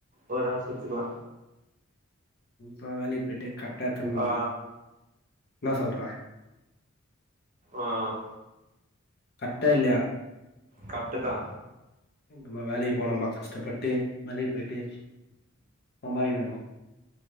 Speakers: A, on the right; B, on the left.
A: ஒரு வர்ஷதுக்குள்ள
B: பேசாம வேலைக்கு போயிட்டு ஏத்தணும் நண்பா
A: ஆ
B: என்னா சொல்ற
A: ஆஹ்
B: கர்ட்டா இல்லையா
A: கர்ட்டுதா
B: நம்ம வேலைக்கு போனம்ப்பா கஷ்டப்பட்டு மலை பிரிட்டிஷ் சம்பாரிக்கிறம்பா